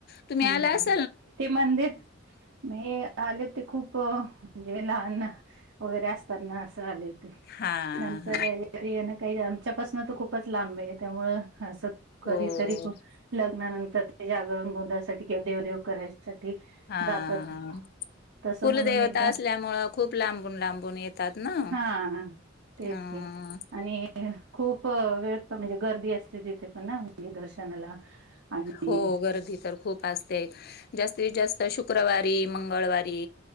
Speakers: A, on the left; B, on the right.
A: तुम्ही
B: हं.
A: आला असा
B: ते मंदिर म आले ते खूप म्हणजे लहान वगैरे असताना असं आले होते.
A: हां,
B: नंतर
A: हां.
B: ये काही आमच्यापासन तर खूपच लांब आहे त्यामुळ असं कधीतरी
A: हो.
B: लग्ना नंतर ते जागरण, गोंधळ साठी किंवा देवदेव करायसाठी
A: हां.
B: जातात. तसं
A: कुलदेवता
B: म्हणून एकदा
A: असल्यामुळं खूप लांबून लांबून येतात ना.
B: हां, तेच
A: हां.
B: की आणि खूप वेळ ण म्हणजे गर्दी असते तिथे पण ना म्हणजे दर्शनाला. आणि
A: हो. गर्दी तर खूप अस ते. जास्तीत जास्त शुक्रवारी, मंगळवारी.